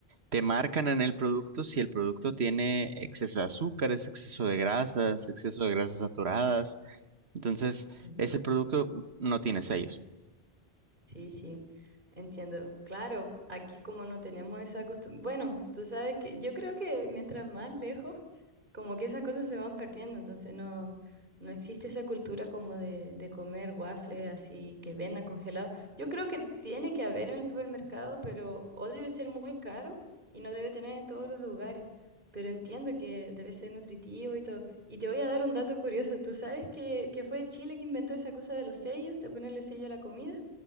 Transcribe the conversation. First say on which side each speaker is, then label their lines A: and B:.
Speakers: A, on the right; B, on the right.
A: te marcan en el producto si el producto tiene exceso de azúcares, exceso de grasas, exceso de grasas saturadas. Entonces,
B: ujú.
A: ese producto no tiene sellos.
B: Sí, sí, entiendo. Claro, aquí como no tenemos esa costumbre, bueno, tú sabes que yo creo que mientras más lejos, como que esas cosas se van perdiendo, entonces no, no existe esa cultura como de, de comer waffles así que vendan congelado. Yo creo que tiene que haber en el supermercado, pero o debe ser muy caro y no debe tener en todos los lugares, pero entiendo que debe ser nutritivo y todo. Y te voy a dar un dato curioso, ¿tú sabes que, que fue Chile que inventó esa cosa de los sellos, de ponerle sello a la comida?